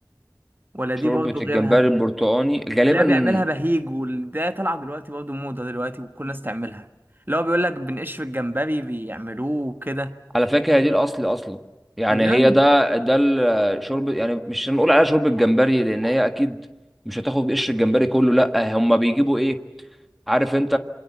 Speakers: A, on the right; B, in the centre.
A: ولا
B: شوربة
A: دي برضه غيرها
B: الجمبري البرتقاني غالبا
A: اللي هي بيعملها بهيج وده طالعه دلوقتي برضه موضه دلوقتي وكل الناس تعملها اللي هو بيقول لك بنقش في الجمبري بيعملوه وكده
B: على فكرة هي دي الأصل أصلا يعني
A: بجد
B: هي ده ده الشرب يعني مش هنقول عليها شرب الجمبري لأن هي أكيد مش هتاخد قشر الجمبري كله لأ هما بيجيبوا إيه عارف أنت